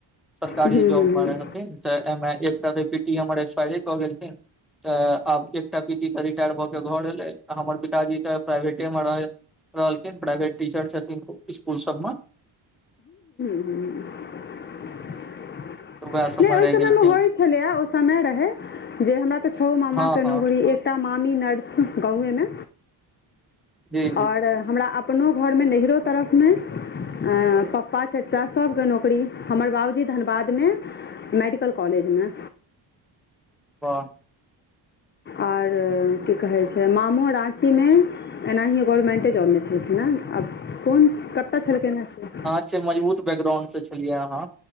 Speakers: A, in the centre; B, on the left.
A: सरकारी
B: ह्म्म
A: जॉब
B: ह्म्म
A: मे रहे। त ऐमे एकटा त पीटी हमर एक्सपायरे क गेलखिन, त आब एकटा पीटी करिब रिटार भऽ के घर एलै त हमर पिताजी तऽ <unintelligible> प्राइवेटे मे रहै-रहलखिन। प्राइवेट टीचर छथिन इसकुल सबमे। खालि
B: <inaudible>
A: वएह सबमे
B: ओहि
A: रहि
B: समय
A: गेलखिन
B: मे होइ छलैया। ओ समय रहै, जे हमरा तऽ छौओ मामा
A: हँ
B: के नौकरी
A: हँ
B: <unintelligible> एकटा मामी <unintelligible> गावे मे
A: जी जी
B: और हमरा अब अपनो घर मे, नैहरो तरफ मे ऐं पप्पा चचा सबके नौकरी। हमर बाबूजी धनबादमे मेडिकल कॉलेज मे।
A: बाह।
B: आओर कि कहै छै मामू राॅंची मे एनाही गवरमेंटे जॉब मे छलखिन हें आब कोन कत्तऽ छलखिन हें से
A: एते मजबूत बैकग्राउंड से छलियै आहाँ।